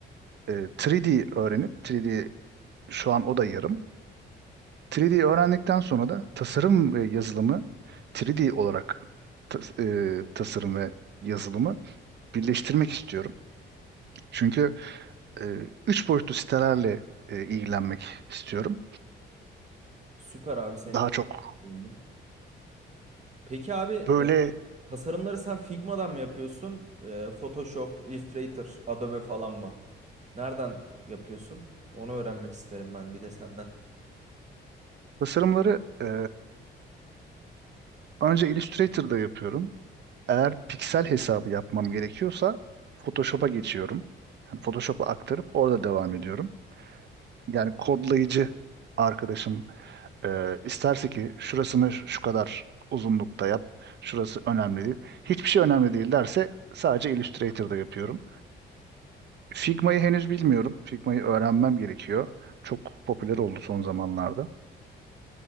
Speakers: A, on the right; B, on the right.
A: e, 3D öğrenip 3D şu an o da yarım. 3D öğrendikten sonra da tasarım ve yazılımı 3D olarak tas- e, tasarım ve yazılımı birleştirmek istiyorum. Çünkü e, üç boyutlu sitelerle e, ilgilenmek istiyorum.
B: Süper abi seninle
A: Daha
B: de
A: çok
B: sevindim. Peki abi
A: böyle
B: e, tasarımları sen Figma'dan mı yapıyorsun? E, Photoshop, Illustrator, Adobe falan mı? Nereden yapıyorsun? Onu öğrenmek isterim ben bir de senden.
A: tasarımları e, önce Illustrator'da yapıyorum. Eğer piksel hesabı yapmam gerekiyorsa Photoshop'a geçiyorum. Yani Photoshop'a aktarıp orada devam ediyorum. Yani kodlayıcı arkadaşım Ee, isterse ki şurasını şu kadar uzunlukta yap, şurası önemli değil. Hiçbir şey önemli değil derse sadece Illustrator'da yapıyorum. Figma'yı henüz bilmiyorum. Figma'yı öğrenmem gerekiyor. Çok popüler oldu son zamanlarda.